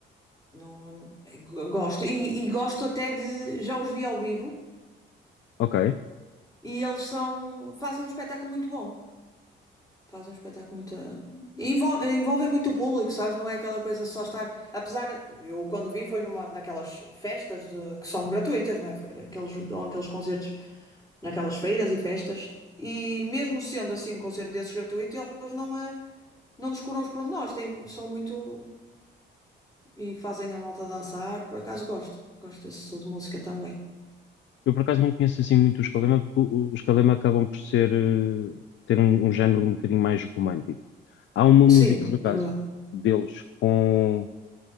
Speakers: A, on the left; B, on the left.
A: Não, é, go- gosto. E, e gosto até de. Já os vi ao vivo
B: Ok.
A: e eles são, fazem um espetáculo muito bom. Faz um espetáculo muito. envolve envolve muito o público, sabes? Não é aquela coisa só estar. Apesar, eu quando vi foi numa, naquelas festas de- que são gratuitas, não é? Aqueles, dão aqueles concertos naquelas feiras e festas. E mesmo sendo assim um concerto desses gratuito, eles não, eh, não descuram os pormenores, têm, são muito. E fazem a malta dançar. Por acaso gosto. Gosto desse estilo de música também.
B: Eu por acaso não conheço assim muito o Escalema, porque o- o- os Escalema acabam por ser, eh, ter um, um género um bocadinho mais romântico. Há uma
A: Sim,
B: música, por acaso,
A: é verdade.
B: deles com.